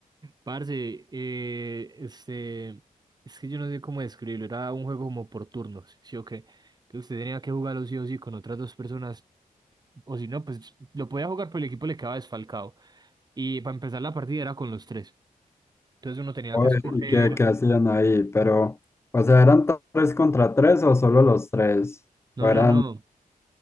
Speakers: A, on the right (about 25°); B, on the left (about 15°).
A: Parce, eh, este, es que yo no sé cómo describirlo. Era un juego como por turnos, ¿sí o qué? Que usted tenía que jugarlo sí o sí con otras dos personas. O si no, pues lo podía jugar, pero el equipo le quedaba desfalcado. Y para empezar la partida era con los tres. Entonces uno tenía
B: Oye,
A: que escoger.
B: y qué, qué hacían ahí, pero, o sea, ¿eran tres contra tres o solo los tres?
A: No,
B: O eran,
A: no, no.